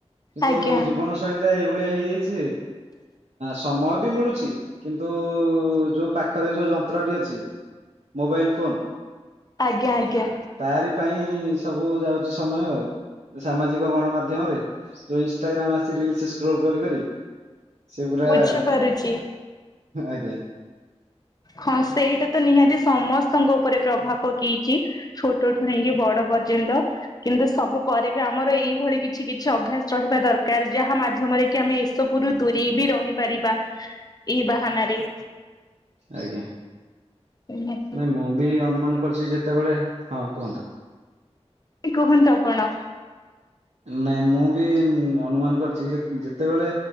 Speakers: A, on the right; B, on the left.
A: କିନ୍ତୁ
B: ଆଜ୍ଞା
A: ଜୀବନ ଶୈଳୀଟା ଏଇଭଳିଆ ହେଇଯାଇଚି ଯେ, ସମୟ ବି ମିଳୁଛି। କିନ୍ତୁ, ଯୋଉ ପାଖରେ ଯୋଉ ଯନ୍ତ୍ରଟି ଅଛି, ମୋବାଇଲ ଫୋନ୍
B: ଆଜ୍ଞା ଆଜ୍ଞା।
A: ତାରି ପାଇଁ ସବୁ ଯାଉଚି ସମୟ ଆଉ, ସାମାଜିକ ଗଣମାଧ୍ୟମରେ ଯୋଉ ଇନଷ୍ଟାଗ୍ରାମ୍ ଆସିଛି ରିଲସ୍ ସ୍କ୍ରୋଲ୍ କରି କରି ସେ ପୁରା
B: ବୁଝିପାରୁଛି।
A: ଆଜ୍ଞା।
B: ହଁ, ସେଇଟାତ ନିହାତି ସମସ୍ତଙ୍କ ଉପରେ ପ୍ରଭାବ ପକେଇଛି। ଛୋଟଠୁ ନେଇକି ବଡ ପର୍ଯ୍ୟନ୍ତ। କିନ୍ତୁ ସବୁ ପରେ ବି ଆମର ଏଇଭଳି କିଛି କିଛି ଅଭ୍ୟାସ ରହିବା ଦରକାର, ଯାହା ମାଧ୍ୟମରେ କି ଆମେ ସବୁରୁ ଦୂରେଇ ବି ରହିପାରିବା, ଏଇ ବାହାନାରେ।
A: ଆଜ୍ଞା।
B: ହ <inaudible>
A: ନାଇଁ ମୁଁ ବି ଅନୁମାନ କରିଛି ଯେତେବେଳେ, ହଁ କୁହନ୍ତୁ।
B: କିଛି କୁହନ୍ତୁ ଆପଣ।
A: ନାଇଁ ମୁଁ ବି ଅନୁମାନ କରିଛି, ଯେ ଯେତେବେଳେ